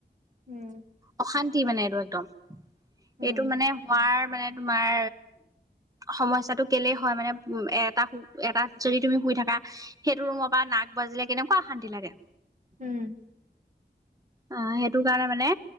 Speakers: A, on the right; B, on the right.
A: উম।
B: অশান্তি মানে এইটো একদম।
A: উম,
B: এইটো মানে শোৱাৰ মানে তোমাৰ সমস্যটো কেলেই হয় মানে উম এটা এটাত যদি তুমি শুই থাকা সেইটো ৰুমৰ পৰা নাক বাজিলে কেনেকুৱা অশান্তি লাগে।
A: উম।
B: আহ সেইটো কাৰণে মানে